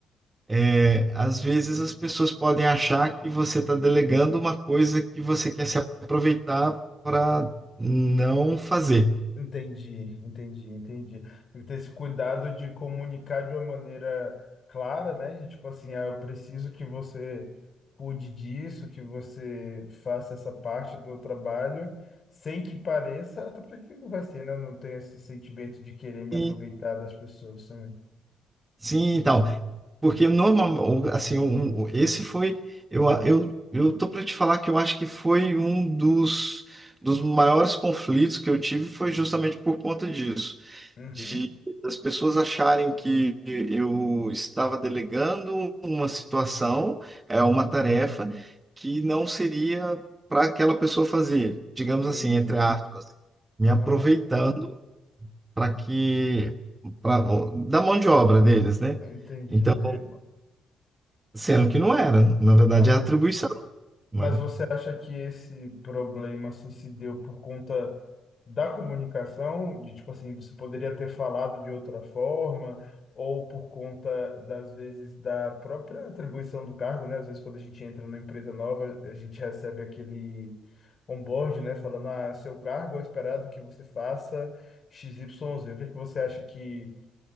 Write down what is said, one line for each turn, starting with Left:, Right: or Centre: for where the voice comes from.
Right: É, às vezes as pessoas podem achar que você está delegando uma coisa que você quer se aproveitar para não fazer.
Left: Entendi, entendi, entendi. Tem que ter esse cuidado de comunicar de uma maneira clara, né? De tipo assim, ah, eu preciso que você cuide disso, que você faça essa parte do trabalho, sem que pareça, até porque não vai ser, né? Eu não tenho esse sentimento de querer me
Right: E,
Left: aproveitar das pessoas também.
Right: sim, então. Porque normal, assim, um- um- esse foi, eu, a- eu, eu tô para te falar que eu acho que foi um dos, dos maiores conflitos que eu tive foi justamente por conta disso,
Left: Uhum,
Right: de as pessoas acharem que eu estava delegando uma situação, é uma tarefa que não seria para aquela pessoa fazer, digamos
Left: entendi.
Right: assim, entre aspas, me aproveitando
Left: Aham,
Right: para que, para da mão de obra deles, né?
Left: entendi,
Right: Então
Left: entendi.
Right: Sendo que não era, na verdade
Left: Aham.
Right: é atribuição, né?
Left: Mas você acha que esse problema assim, se deu por conta da comunicação, de tipo assim, você poderia ter falado de outra forma, ou por conta das vezes da própria atribuição do cargo, né? Às vezes quando a gente entra numa empresa nova, a gente recebe aquele onboard, né, falando, ah, seu cargo é esperado que você faça XYZ. O que é que você acha que